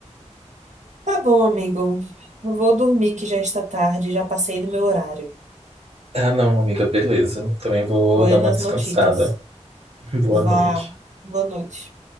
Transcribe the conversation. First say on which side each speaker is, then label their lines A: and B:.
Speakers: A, on the right; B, on the right.
A: Tá bom, amigo. Eu vou dormir que já está tarde, já passei do meu horário.
B: Ah, não, amiga, beleza. Também vou
A: Buenas
B: dar uma descansada.
A: notitas.
B: <laughs> Boa
A: Vá.
B: noite.
A: Boa noite.